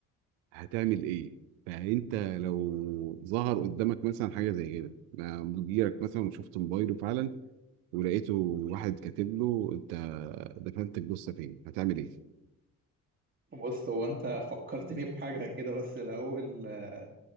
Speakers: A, on the right; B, on the right.
A: هتعمل إيه فأنت لو ظهر قدامك مثلا حاجة زي كده مع مديرك مثلا وشفت موبايله فعلا ولقيته واحد كاتب له انت دفنت الجثه فين هتعمل ايه
B: بص هو انت فكرتني بحاجة كده بس الأول آه،